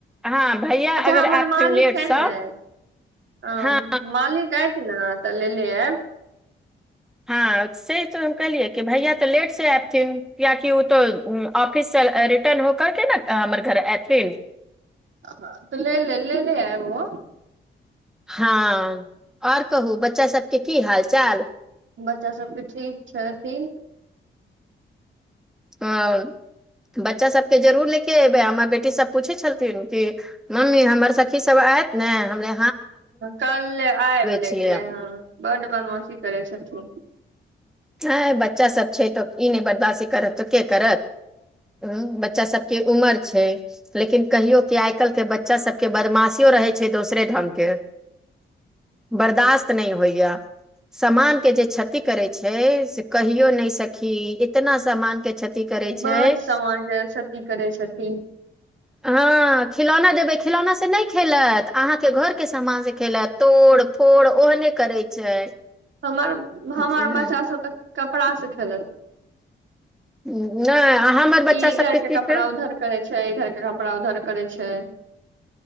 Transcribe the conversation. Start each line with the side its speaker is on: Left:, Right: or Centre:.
Centre: हँ भैया
Right: अच्छा
Centre: अगर
Right: हमर
Centre: एयथिन
Right: मालिक
Centre: लेटसँ
Right: हइ ने ह
Centre: हँ
Right: मालिक आयत ने तऽ लेले आएब्
Centre: हँ से तऽ हम कहलियै कि भैया तऽ लेट से एथिन कियाकि ओ तऽ उ ऑफिस से रिटर्न होकरके न हमर घर ऐथिन
Right: ह तऽ ले ले ले ले आएब ओ
Centre: हँ आओर कहू बच्चा सभके की हाल चाल
Right: बच्चा सबके ठीक छथि
Centre: ह बच्चा सभके जरूर ले कऽ अयबै हमर बेटीसभ पूछै छथिन कि मम्मी हमर सखीसभ आयत ने हमरा
Right: कल ले आयब
Centre: छियै
Right: ले क हँ बड्ड बदमाशी करै छथुन
Centre: ह बच्चा सब छै तऽ ई नहि बदमाशी करत तके करत ह बच्चा सबके उमर छै लेकिन कहियो कि आइ काल्हि के बच्चा सबके बदमाशियो रहे छै दोसरे ढंग के बर्दाश्त नहि होइया समान के जे क्षति करे हय से कहीयौ नहि सखी इतना समान के करै छै
Right: बड समानके क्षती करै छथि
Centre: हँ खिलौना देबै खिलौना से नहि खेलत अहाँके घरके समान से खेलत तोड़ फोड़ ओहने करैत छै
Right: हमर भौ
Centre: नहि
Right: आओर बचा सब त कपड़ा से खेलत
Centre: नहि आ हमर बच्चा
Right: ई इधर
Centre: सभ तऽ
Right: के
Centre: ठीक
Right: कपड़ा उधर करे छै इधर के कपड़ा उधर करै छै